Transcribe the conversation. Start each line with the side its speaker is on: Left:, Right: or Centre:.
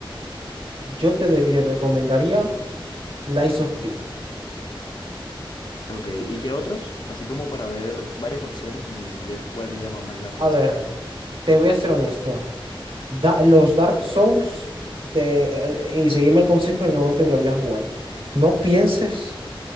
Right: yo te de- recomendaría Lies of P.
Left: Ok, ¿y qué otros? Así como para ver varias opciones y ver cuál me llama más la atención.
Right: A ver, te voy a ser honesto. Da- los Dark Souls, te, eh, y seguime el consejo en el momento que lo vayas a jugar. No pienses.